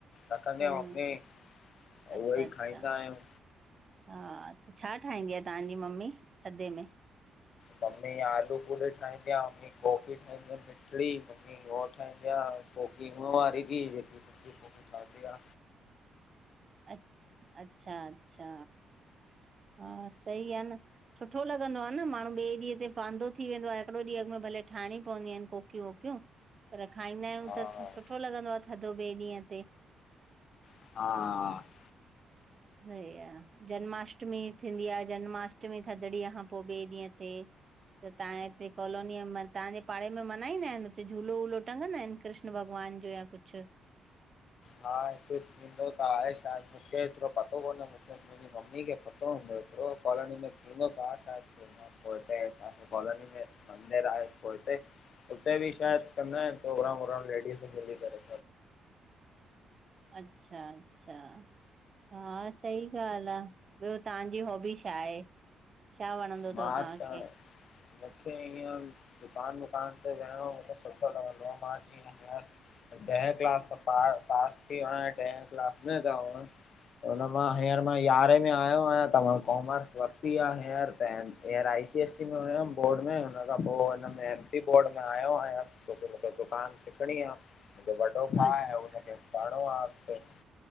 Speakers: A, on the left (about 60°); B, on the right (about 40°).
A: रखंदी
B: हम्म
A: आ ममी त
B: अच्छा
A: उहोई
B: अच्छा
A: खाईंदा आहियूं।
B: हा, छा ठाहींदी आ तहांजी ममी थधे में?
A: मम्मी आलू पूरी ठाहींदी आ मम्मी कोकी ठाहींदी आ मिठड़ी ममी हो ठाहंदी आ कोकी हूं वारी बि जेकी ठहन्दी आ
B: अछ अच्छा अच्छा हा सही आ न सुठो लॻंदो आ न माण्हू ॿिए ॾींहं ते वांदो थी वेंदो आ हिकिड़ो ॾींंह अॻमें भले ठाहिणी पवंदियूं आहिनि कोकियूं। पर खाईंदा आहियूं
A: हा
B: त सुठो लॻंदो आ थधो ॿिए ॾींहं ते
A: हा
B: सही आ जन्माष्टमी थींदी आ जन्माष्टमी थदड़ीअ खां पो ॿिए ॾींहं ते त तव्हां हिते कॉलोनीअ तव्हांजे पाड़े में मल्हाईंदा आहिनि हुते झूलो वूलो टंगंदा आहिनि? कृष्ण भॻवान जो या कुझु
A: हा हित थींदो त आहे शायद मूंखे एतिरो पतो कोन्हे मूंखे मुंहिंजी मम्मी खे पतो हूंदो एतरो कॉलोनी में थींदो त छा कॉलोनी में मंदर आहे पोइते उते बि शायदि कंदा आहिनि प्रोग्राम लेडीस मिली करे।
B: अच्छा अच्छा हा सही ॻाल्हि आ। ॿियो तहांजी हॉबी छा आहे? छा वणदो तव?
A: मां
B: तव्हांखे?
A: त मूंखे ईअं दुकान वुकान ते वेहणो मूंखे सुठो लॻंदो मां जीअं हींअर ॾहें क्लास में पास थी वयो ॾह क्लास में त हो त हुन मां हींअर मां यारहें में आयो आहियां त मां कॉमर्स वरिती आ हींअर त हीअर आई सी एससी में हुयमि बोर्ड में हुन खां पो हुन में एम पी बोर्ड में आयो आहियां। छोकी मूंखे दुकानु सिखणी आ मुंहिंजो वॾो भाउ
B: अच्छा
A: आ हुनखे करणो अॻते